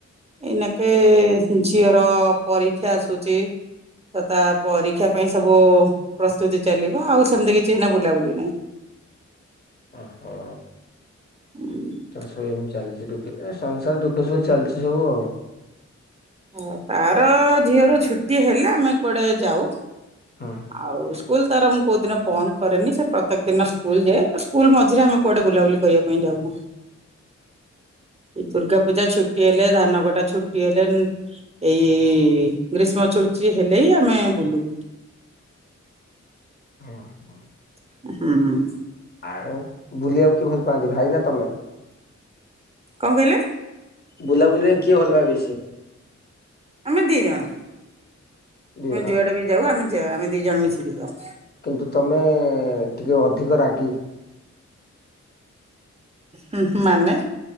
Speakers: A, on the right; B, on the left.
A: ଏଇନା କେ ଝିଅର ପରୀକ୍ଷା ଆସୁଚି। ତ ତା ପରୀକ୍ଷା ପାଇଁ ସବୁ ପ୍ରସ୍ତୁତି ଚାଲିବ ଆଉ ସେମିତି କିଛିନା ବୁଲାବୁଲି ନାହିଁ।
B: ଓହୋ।
A: ହୁଁ।
B: ତ ସବୁ ଏମିତି ଚାଲିଚି ଦୁଃଖ ସଂସାର ଦୁଖ ସୁଖ ଚାଲିଚି ସବୁ ଆଉ।
A: ହ ତାର ଝିଅର ଛୁଟି ହେଲେ ଆମେ କୁଆଡେ ଯିବୁ।
B: ହଁ।
A: ଆଉ ସ୍କୁଲ ତାର ମୁଁ କୋଉ ଦିନ ବନ୍ଦ କରେନି ସେ ପ୍ରତ୍ୟେକ ଦିନ ସ୍କୁଲ ଯାଏ, ତ ସ୍କୁଲ ମଝରେ ଆମେ କୁଆଡେ ବୁଲାବୁଲି କରିବା ପାଇଁ ଯାଉନୁ। ଏ ଦୁର୍ଗା ପୂଜା ଛୁଟି ହେଲେ ଧାନ ଗୋଟା ଛୁଟି ହେଲେ ଏଇ ଗ୍ରୀଷ୍ମ ଛୁଟି ହେଲେ ହିଁ ଆମେ ବୁଲୁ।
B: ଓ ହ।
A: ହଁ।
B: ଆ ବୁଲିବାକୁ କିଏ ଭଲ ପାଆନ୍ତି ଭାଇ ନା ତମେ?
A: କଣ କହିଲେ?
B: ବୁଲାବୁଲି ପାଇଁ କିଏ ଭଲ <unintelligible> ଅଛି?
A: ଆମେ ଦି ଜଣ
B: ଦି
A: ଆମେ
B: ଜଣଆଙ୍କ
A: ଯୁଆଡେ ବି ଯାଉ ଆମେ ଆମେ ଦି ଜଣ ମିଶିକି ଯାଉ।
B: କିନ୍ତୁ ତମେ ଟିକେ ଅଧିକ ରାଗି।
A: ହୁଁଁ ମାନେ